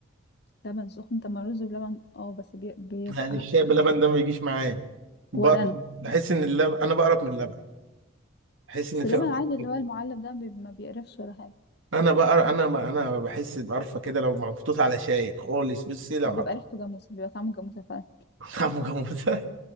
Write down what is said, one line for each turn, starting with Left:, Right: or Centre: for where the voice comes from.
Left: لبن سخن طب ما الرز بلبن اه بس بي... بيسقع
Right: يعني الشاي باللبن ده ما بيجيش معايا بقرف
Left: ولا انا
Right: بحس ان اللبن انا بقرف من اللبن بحس ان
Left: بس
Right: في
Left: اللبن
Right: قرف
Left: العادي اللي
Right: كده.
Left: هو المعلب ده بي... ما بيقرفش ولا حاجه
Right: انا بقر انا ما انا بحس بقرفه كده لو محطوط على شاي خالص بصي لو
Left: او
Right: حط
Left: بيبقى ريحته جاموسه بيبقى طعمه جاموسه فعلا
Right: <laughs> عم جاموسه